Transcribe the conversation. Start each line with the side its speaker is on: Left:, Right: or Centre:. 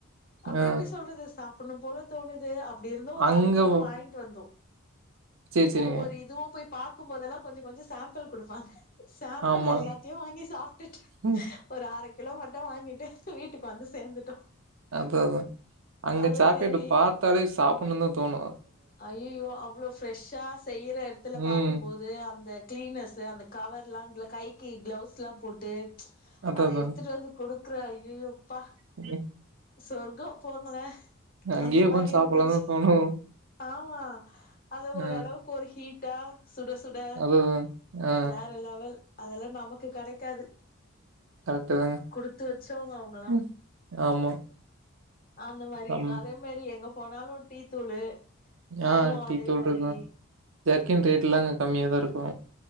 Left: அப்டி
Right: ஆ
Left: எப்டி சொல்றது சா ப்பிடனு போல தோணுது அப் படி இருந்து ஒரு
Right: அங்க
Left: அரை கிலோ
Right: வ
Left: வாங்கிட்டு வந்தோ
Right: சரி, சரிங்க.
Left: ஒவ்வொரு இதுவு போய் பாக்கு போதெல்லா கொஞ்ச கொஞ்சோ சாம்பிள் குடுப்பாங்க சாம்பிள்
Right: ஆமா.
Left: எல்லாத்தையு வாங்கி சாப்டுட்டு
Right: ம்.
Left: ஒரு அரக் கிலோ மட்டு வாங்கிட்டு வீட்டுக்கு வந்து சேந்துட்டோ
Right: அது அதா அங்க
Left: அதே
Right: சாக்லேட்டு
Left: மேரி
Right: பாத்தாலே சாப்புட்ணுன் தா தோணு
Left: ஐய்யய்யோ அவ்ளோ ஃப்ரெஷா செய்யற எடத்துல
Right: ம்.
Left: பாக்கும்போது அந்த கிளீனஸு அந்த கவர்லா கைக்கு க்ளவ்ஸ்லா போட்டு
Right: அதான்,
Left: அத
Right: அதான்.
Left: எடுத்துட்டு வந்து குடுக் கற ஐயய்யோ ப்பா
Right: ம்.
Left: சொர்க்கோ போங்களே
Right: அங்கேயே
Left: அந்த
Right: உட்காந்து
Left: மாரி
Right: சாப்பிடலாம்
Left: இருந்துச்சு
Right: தான் தோணும்.
Left: ஆமா அது
Right: அ
Left: ஓரளவுக்கு ஒரு ஹீ ட்டா சுட சுட
Right: அதுதான். ஆ
Left: வேற லெவல் அதெல்லா நமக்கு கெடைக்காது
Right: கரெக்ட்டு தாங்க.
Left: குடுத்து வச்சவங்க அவங்கல்லா
Right: ம். ஆமா.
Left: அந்த மாரி இருக்கு
Right: அம்
Left: அதே மாரி எங்க போனாலு டீ த்தூளு அதுவு
Right: ஆ டீ
Left: அதே
Right: தூள்
Left: மாரி
Right: இருக்கும். ஜர்க்கின் ரேட் எல்லா அங்க கம்மியா தா இருக்கு